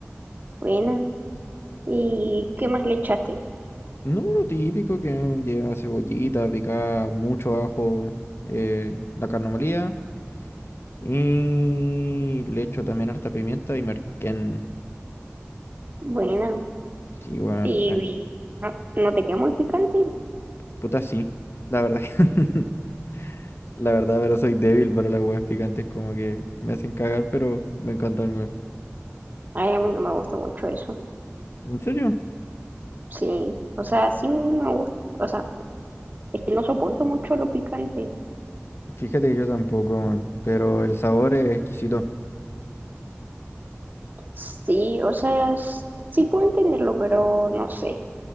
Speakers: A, on the right (about 40°); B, on the left (about 60°).
A: Buena. ¿Y qué más le echaste?
B: No, lo típico que lleva cebollita, picada, mucho ajo, eh, la carne molida y le echo también harta pimienta y merquén.
A: Buena.
B: Sí, weón,
A: ¿Y,
B: la-
A: y no, no te queda muy picante?
B: puta sí, la verdad. que- <laughs> La verdad, pero soy débil para las weas picantes, como que me hacen cagar, pero me encantan, weón.
A: Ay, a mí no me gusta mucho eso.
B: ¿En serio?
A: Sí, o sea, sí me gusta, o sea, es que no soporto mucho lo picante.
B: Fíjate que yo tampoco, weón, pero el sabor es exquisito.
A: Sí, o sea, s- sí puedo entenderlo, pero no sé.